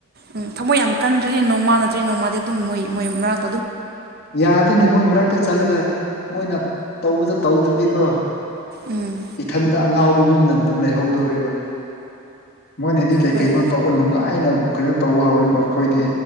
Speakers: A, on the right; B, on the left.
A: ꯎꯝ ꯊꯃꯣꯏ ꯌꯥꯝ ꯀꯟꯗ꯭ꯔꯗꯤ ꯅꯣꯡꯃꯥ ꯅꯇ꯭ꯔꯤ ꯅꯣꯡꯃꯥꯗꯤ ꯑꯗꯨꯝ ꯃꯣꯏ ꯃꯣꯏ ꯃꯔꯛ
B: ꯌꯥꯗꯦꯅꯦ ꯃꯣꯏ ꯃꯔꯛꯇ ꯆꯠꯂꯒ ꯃꯣꯏꯅ ꯇꯧꯕꯗꯣ ꯇꯧꯗ꯭ꯔꯗꯤꯀꯣ
A: ꯎꯝ
B: ꯏꯊꯟꯗ ꯑꯉꯥꯎꯕꯒꯨꯝꯅ ꯑꯗꯨꯝ ꯂꯩꯍꯧꯗꯧꯔꯤꯕ ꯃꯣꯏꯅꯗꯤ ꯀꯩ
A: ꯍꯣꯏ
B: ꯀꯩꯅꯣ ꯇꯧꯔ ꯅꯨꯡꯉꯥꯏꯅ ꯀꯩꯅꯣ ꯇꯧꯕ ꯍꯧꯔꯅꯦꯕ ꯑꯩꯈꯣꯏꯗꯤ